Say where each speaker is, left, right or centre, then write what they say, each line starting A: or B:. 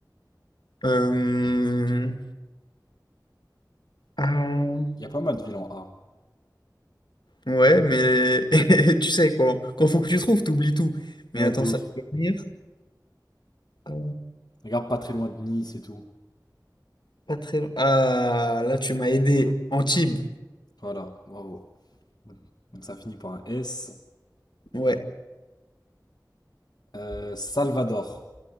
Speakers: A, on the left; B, on the left.
A: Euh, euh,
B: Il y a pas mal de villes en A.
A: Ouais, mais <laughs> tu sais, quand, quand faut que tu trouves, t'oublies tout. Mais
B: Ouais,
A: attends,
B: de
A: ça
B: ouf.
A: va venir. Euh,
B: Regarde, pas très loin de Nice et tout.
A: Pas très loin. Ah, là, tu m'as aidé. Antibes.
B: Voilà, bravo. Donc ça finit par un S.
A: Ouais.
B: Euh, Salvador,